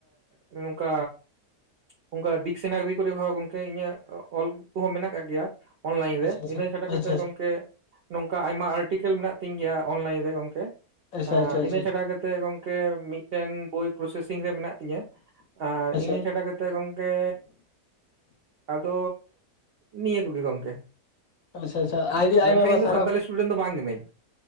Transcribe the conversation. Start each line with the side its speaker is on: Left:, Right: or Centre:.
Right: ᱮᱸᱜ ᱱᱚᱠᱟ ᱚᱝᱠᱟ ᱰᱤᱠᱥᱱᱟᱨᱤ ᱠᱚᱨᱮᱦᱚᱸ ᱜᱚᱝᱠᱮ ᱤᱧᱟᱹᱜ ᱚᱞ ᱠᱚᱦᱚᱸ ᱢᱮᱱᱟᱜ ᱟᱠᱟᱟᱜ ᱜᱮᱭᱟ ᱚᱱᱞᱟᱭᱤᱱ
Left: ᱟᱪᱪᱷᱟ
Right: ᱨᱮ,
Left: ᱟᱪᱪᱷᱟ
Right: ᱤᱱᱟᱹ
Left: ᱟᱪᱪᱷᱟ
Right: ᱪᱷᱟᱰᱟ ᱠᱟᱛᱮᱫ
Left: ᱟᱪᱪᱷᱟ
Right: ᱜᱚᱝᱠᱮ ᱱᱚᱝᱠᱟ ᱟᱭᱢᱟ ᱟᱨᱴᱤᱠᱟᱞ ᱢᱮᱱᱟᱜ ᱛᱤᱧ ᱜᱮᱭᱟ ᱚᱱᱞᱟᱭᱤᱱ ᱨᱮ ᱜᱚᱝᱠᱮ
Left: ᱟᱪᱪᱷᱟ ᱟᱪᱪᱷᱟ
Right: ᱤᱱᱟᱹ ᱪᱷᱟᱰᱟ ᱠᱟᱛᱮᱫ ᱛᱮ ᱜᱚᱝᱠᱮ ᱢᱤᱫᱴᱮᱱ ᱵᱳᱭ ᱯᱚᱨᱚᱥᱮᱥᱤᱝ ᱨᱮ ᱢᱮᱱᱟᱜ ᱛᱤᱧᱟᱹ ᱟᱸᱻ
Left: ᱟᱪᱪᱷᱟ
Right: ᱤᱱᱟᱹ ᱪᱷᱟᱰᱟ ᱠᱟᱛᱮ ᱛᱮ ᱜᱚᱝᱠᱮ ᱟᱫᱚ ᱱᱤᱭᱟᱹ ᱠᱚᱜᱮ ᱜᱚᱝᱠᱮ
Left: ᱟᱪᱪᱷᱟ ᱟᱪᱪᱷᱟ ᱟᱹᱰᱤ ᱟᱭᱢᱟ
Right: ᱢᱮᱱᱠᱷᱟᱱ
Left: ᱟᱭᱢᱟ
Right: ᱤᱧ ᱫᱚ
Left: ᱥᱟᱨᱦᱟᱣ
Right: ᱥᱟᱱᱛᱟᱞᱤ ᱤᱥᱴᱩᱰᱮᱱᱴ ᱫᱚ ᱵᱟᱝ ᱠᱟᱹᱱᱟᱹᱧ